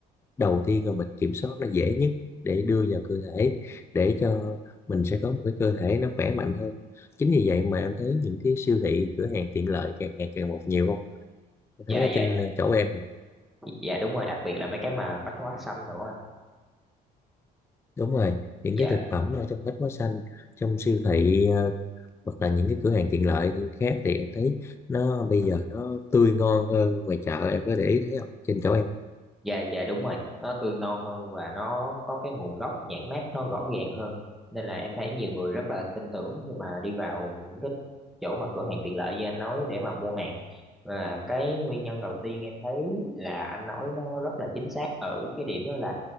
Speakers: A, on the left; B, in the centre.
A: đầu tiên mà mình kiểm soát là dễ nhất để đưa vào cơ thể để cho mình sẽ có một cái cơ thể nó khỏe mạnh hơn chính vì vậy mà em thấy những cái siêu thị cửa hàng tiện lợi càng ngày càng một nhiều không em
B: Dạ
A: thấy ở
B: dạ
A: trên chỗ em thì
B: dạ đúng rồi, đặc biệt là mấy cái mà bách hóa xanh nữa anh.
A: đúng rồi những
B: Dạ.
A: cái thực phẩm ở trong bách hóa xanh trong siêu thị ờ, hoặc là những cái cửa hàng tiện lợi khác thì em thấy nó bây giờ nó tươi ngon hơn ngoài chợ em có để ý thấy không trên chỗ em
B: dạ dạ đúng rồi nó tươi ngon hơn và nó có cái nguồn gốc nhãn mác nó rõ ràng hơn nên là em thấy nhiều người rất là tin tưởng khi mà đi vào những cái chỗ mà cửa hàng tiện lợi như anh nói để mà mua hàng và cái nguyên nhân đầu tiên em thấy là anh nói nó rất là chính xác ở cái điểm đó là